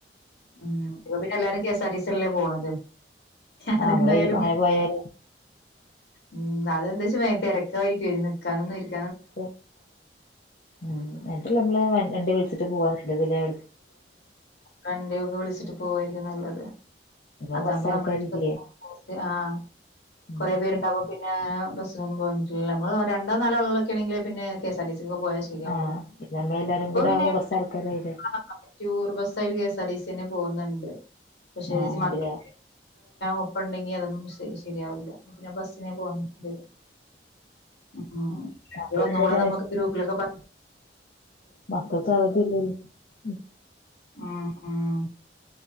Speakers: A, on the left; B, on the left.
A: മം പിന്നെ എല്ലാരും കെ എസ് ആർ ടി സില്ലേ പോണത് അതെന്തായാലും
B: ആ നമ്മളെ <unintelligible> അങ്ങനെ പോയാല്
A: ഉം അതെന്തച്ചാ തിരക്കായിരിക്കേ. നിക്കാനൊ ന്നും ഇരിക്
B: <unintelligible> മം എന്നിട്ട് നമ്മള് എന്റെ വീട്ടിൽക്കു പോവാ നല്ലത് ലേ
A: കണ്ടിയൊക്കെ വിളിച്ചിട്ട് പോവായിരിക്കും നല്ലത്
B: നമ്മള്
A: അതാവുമ്പം
B: കൊറച്ച് ആൾക്കാരില്ലേ
A: നമ്മുടെ <unintelligible> ആഹ്
B: ഉം
A: കുറേ പേര്ണ്ടാവ്‌മ്പം പിന്നെ ബസിനൊന്നും പോവാൻ പറ്റൂലല്ലോ. നമ്മള് രണ്ടോ നാലോ ആളുകളൊക്കെ ആണെങ്കില് പിന്നെ കെസ്ആർ ടി സി കൊക്കെ പോയാ ശരിയാവുള്ളൂ
B: ആ ഇത് നമ്മളെല്ലാരും
A: ഇപ്പൊ
B: കൂടെ
A: പിന്നെ
B: ആവുമ്പോ
A: <unintelligible>
B: കൊറച്ച് ആൾക്കാരായില്ലേ
A: ടൂർ ബസ് ആയിട്ട് K S R T C തന്നെ പോകുന്നുണ്ട് പക്ഷേ
B: ആ
A: <unintelligible>
B: ഉണ്ട്ല്ലേ
A: ഒപ്പം ഉണ്ടെങ്കി അതൊന്നും ശെ ശരിയാവില്ല അപ്പം ഞാൻ ബസ്സിനെ പോക ണ്ടിയേരും ഉം <unintelligible>
B: മക്കൾക്ക്
A: ഒന്നും കൂടെ
B: ഒരു
A: നമ്മുക്ക് ഗ്രൂപ്പിലൊക്കെ പറ
B: മക്കൾസ് അവധിയല്ലേ ഉം
A: ആഹ് ആഹ്